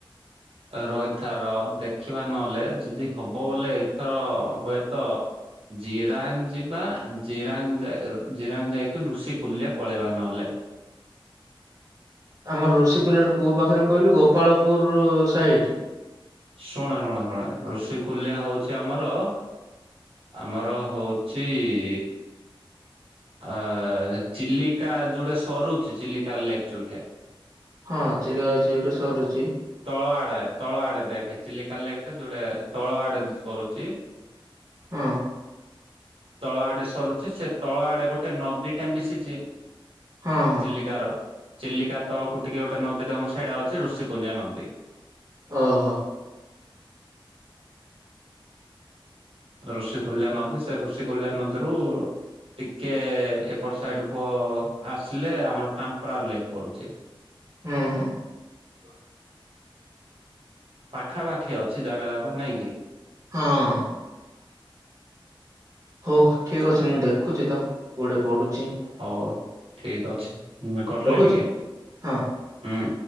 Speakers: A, on the right; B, on the right.
A: ରହିଥା ରହ ଦେଖିବା ନହେଲେ ଯଦି ହବ ବୋଲେ ଏଥର ହୁଏତ ଜିରାଙ୍ଗ ଯିବା ଜିରାଙ୍ଗ ଯା ଜିରାଙ୍ଗ ଯାଇକି ଋଷିକୁଲ୍ୟା ପଳେଇବା ନହେଲେ।
B: ଆମର ଋଷିକୁଲ୍ୟାଠୁ କୋଉ ପାଖରେ କହିଲୁ ଗୋପାଳପୁର-ଉ-ଉ ସାଇଡ୍?
A: ଶୁଣେ ଶୁଣେ ଶୁଣେ, ଋଷକୁଲ୍ୟା ହେଉଛି ଆମର ଆମର ହେଉଛି-ଇ-ଇ-ଇ ଅ-ଅ-ଅ-ଅ ଚିଲିକା ଯୋଉଠେ ସରୁଛି ଚିଲିକା ଲେକ୍ ଯୋଉଠେ।
B: ହଁ ଚିଲିକା ଯୋଉଠି ସରୁଛି।
A: ତଳ ଆଡେ ତଳ ଆଡେ ଦେଖେ ଚିଲିକା ଲେକ୍ ଟା ଯୋଉଟେ ତଳ ଆଡେ ସରୁଛି।
B: ହଁ,
A: ତଳ ଆଡ଼େ ସରୁଛି ସେ ତଳ ଆଡେ ଗୋଟେ ନଦୀ ଟେ ମିଶିଛି।
B: ହଁ ହଁ,
A: ଚିଲିକାର ଚିଲିକା ତଳକୁ ଟିକେ ଗୋଟେ ନଦୀ ଟା ମଶୁ ସେଇଟା ହେଉଛି ଋଷିକୁଲ୍ୟା ନଦୀ।
B: ଓହୋ,
A: ଋଷିକୁଲ୍ୟା ନଦୀ ସେ ଋଷିକୁଲ୍ୟା ନଦୀରୁ-ଉ-ଉ ଟିକେ-ଏ-ଏ-ଏ ଏପଟ ସାଇଡ କୁ ଆସିଲେ ଆମର ଟାମ୍ପରା ଲେକ୍ ପଡୁଛି।
B: ହୁଁ ହୁଁ,
A: <inaudible> ପାଖାପାଖି ଅଛି ଜାଗା ଜାକ ନାଇଁ କିି?
B: ହଁ-ଅ-ଅ, ହଉ ଠିକ ଅଛି ମୁଁ ଦେଖୁଛି ତ କୋଉଠି ପଡୁ
A: ହଉ ଠିକ୍ ଅଛି ମୁ କଟିଲି
B: ରଖୁଛି
A: ଟିକେ,
B: ହଁ।
A: ହୁଁ।